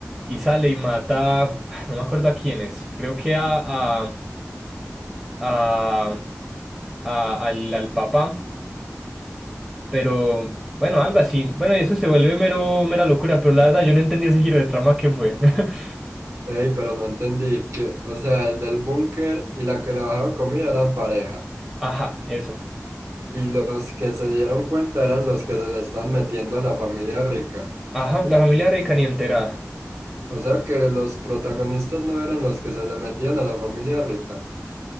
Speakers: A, on the right; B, on the right.
A: y sale y mata, ah, no me acuerdo a quién es, creo que a, a, a, a- al, al papá, pero bueno, algo así. Bueno, y eso se vuelve mero, mera locura, pero la verdad yo no entendí ese giro de trama que fue. <laughs>
B: Ey, pero no entendí que, o sea, el del búnker y la que le bajaba comida eran pareja.
A: Ajá, eso.
B: Y los que se dieron cuenta eran los que se le están metiendo a la familia rica.
A: Ajá, la familia rica ni enterada.
B: O sea que los protagonistas no eran los que se le metían a la familia rica.